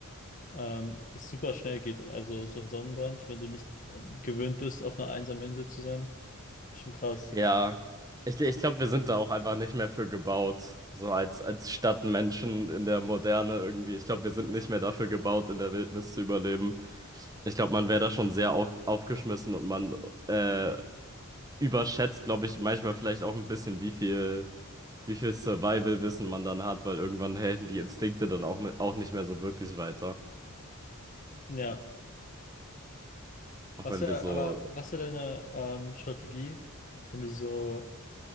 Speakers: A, on the left; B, on the right.
A: Ähm, es super schnell geht. Also so ein Sonnenbrand, wenn du nicht äh, gewöhnt bist, auf einer einsamen Insel zu sein, ist schon krass.
B: Ja, ich, ich glaube, wir sind da auch einfach nicht mehr für gebaut. So als, als Stadtmenschen in der Moderne irgendwie. Ich glaube, wir sind nicht mehr dafür gebaut, in der Wildnis zu überleben. Ich glaube, man wäre da schon sehr auf, aufgeschmissen und man äh, überschätzt, glaube ich, manchmal vielleicht auch ein bisschen, wie viel, wie viel Survival-Wissen man dann hat, weil irgendwann helfen die Instinkte dann auch, mit, auch nicht mehr so wirklich weiter.
A: Ja.
B: Auch
A: Was
B: wenn
A: wär,
B: wir so
A: aber was wäre deine ähm, Strategie, wenn du so